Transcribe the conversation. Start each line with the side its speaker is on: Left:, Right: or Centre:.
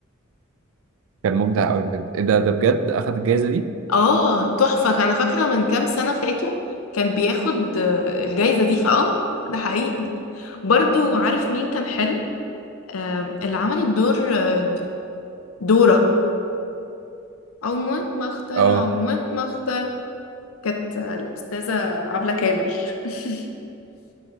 Right: كان مبدع قوي بجد إيه ده ده بجد اخد الجائزه دي
Left: اه تحفة انا فاكرة من كام سنة فاتوا كان بياخد آه، الجايزة دي فاه ده حقيقي برضو عارف مين كان حلو آه، اللي عملت دور آه، د- دورة او موت مختار
Right: اه
Left: او موت مختار كانت آه، الاستاذة عبلة كامل <laughs>